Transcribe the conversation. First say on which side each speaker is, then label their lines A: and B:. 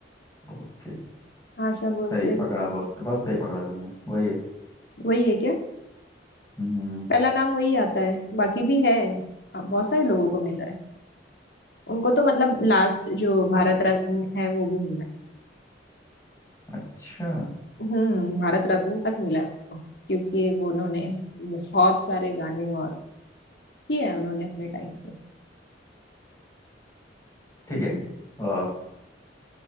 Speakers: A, on the left (about 15°); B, on the left (about 60°).
A: ओके
B: आशा भोसले
A: सही है
B: भी
A: पकड़ा बहुत बहुत सही पकड़ा तुमने वही है
B: वही है क्या
A: हम्म
B: पहला नाम वही आता है बाकी भी है अ, बहुत सारे लोगों को मिला है उनको तो मतलब लास्ट जो भारत रत्न है वो भी मिला है
A: अच्छा
B: हम्म भारत रत्न तक मिला है उनको क्योंकि वो उन्होंने बहुत सारे गाने और किए हैं उन्होंने अपने टाइम पे
A: ठीक
B: इसलिए
A: है अ,